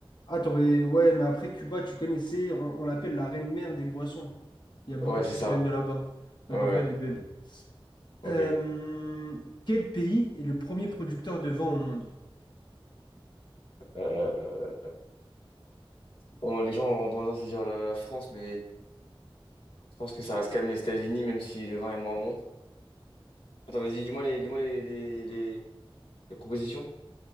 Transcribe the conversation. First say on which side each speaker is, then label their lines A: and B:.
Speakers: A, on the left; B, on the left.
A: Ah, t'aurais. Ouais, mais après Cuba, tu connaissais, on, on l'appelle la reine mère des boissons. Il y a beaucoup
B: Ouais,
A: de
B: c'est
A: trucs
B: ça.
A: qui viennent de là-bas. Donc
B: Ouais, ouais.
A: en vrai, elle est belle.
B: Ok.
A: Euh, Quel pays est le premier producteur de vin au monde?
B: Euh, on- les gens ont tendance à dire la, la France, mais je pense que ça reste quand même les États-Unis, même si le vin est moins bon. Attends, vas-y, dis-moi les, dis-moi les, les, les- les propositions.